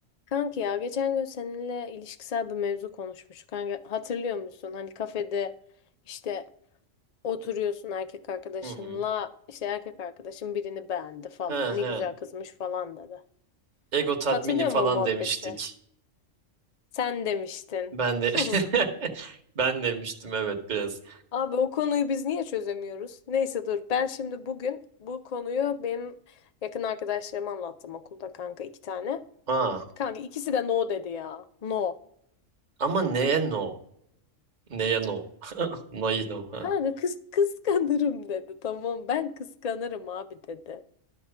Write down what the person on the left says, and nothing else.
Kanki ya geçen gün seninle ilişkisel bir mevzu konuşmuştuk. Kanka, hatırlıyor musun? Hani kafede işte oturuyorsun erkek arkadaşınla
işte erkek arkadaşın birini beğendi falan.
Ne güzel kızmış falan dedi.
Hatırlıyor
musun o muhabbeti?
Sen demiştin.
<laughs>
Abi o konuyu biz niye çözemiyoruz? Neyse dur ben şimdi bugün bu konuyu benim yakın arkadaşlarıma anlattım okulda kanka iki tane.
Kanka ikisi de no dedi ya. No.
Kanka kız kıskanırım dedi. Tamam ben kıskanırım abi dedi.